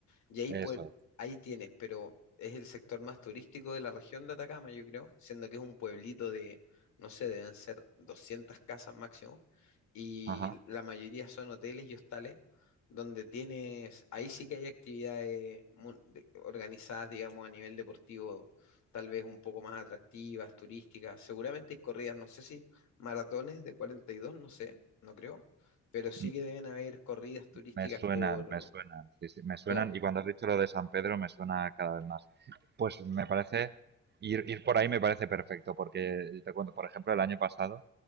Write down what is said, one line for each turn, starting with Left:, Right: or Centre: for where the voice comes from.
Left: Y ahí,
Right: eso.
Left: pues, ahí tienes, pero es el sector más turístico de la región de Atacama, yo creo, siendo que es un pueblito de, no sé, deben ser 200 casas máximo, y
Right: Ajá.
Left: la mayoría son hoteles y hostales, donde tienes, ahí sí que hay actividades mu- de- organizadas, digamos, a nivel deportivo, tal vez un poco más atractivas, turísticas, seguramente hay corridas, no sé si maratones de cuarenta y dos no sé, no creo, pero sí
Right: M-
Left: que deben haber corridas turísticas
Right: Me suenan,
Left: por,
Right: me suenan, sí, sí, me suenan.
Left: claro,
Right: Y cuando has dicho lo de San Pedro, me suena cada vez más. Pues me parece, ir, ir por ahí me parece perfecto, porque te cuento, por ejemplo, el año pasado,